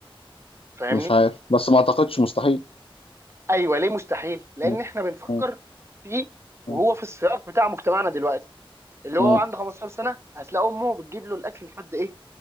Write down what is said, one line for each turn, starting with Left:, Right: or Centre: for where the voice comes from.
Right: فاهمني
Left: مش عارف بس ما اعتقدش مستحيل
Right: ايوه ليه مستحيل لان
Left: م-
Right: احنا بنفكر
Left: م-
Right: فيه وهو
Left: م-
Right: في السياق بتاع مجتمعنا دلوقتي اللي هو
Left: م-
Right: عنده 15 سنه هتلاقي امه بتجيب له الاكل لحد ايه